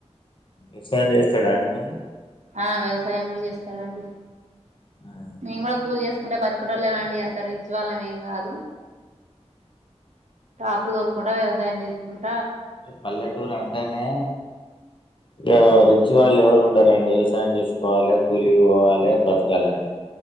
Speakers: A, on the left; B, on the right.
A: ఇ ఫన్ చేస్తాడు అండి మళ్ళీ
B: ఆ వ్యవసాయం కూడా చేస్తాడంండి
A: మరి
B: మేము కూడా కూల్ చేసుకుంటే బతుకటోళ్ళమండి అంత రిచ్ వాళ్ళమేం కాదు ట్రాక్టర్ తదులుకుంటా వ్యవసాయం చేసుకుంట
A: ఏ పల్లెటూరు అంటనే ఇక రిచి వాళ్ళు ఎవరు ఉండారంండి వ్యవసాయం చేసుకోవాలి కూలి పోవాలి బ్రతకాలండి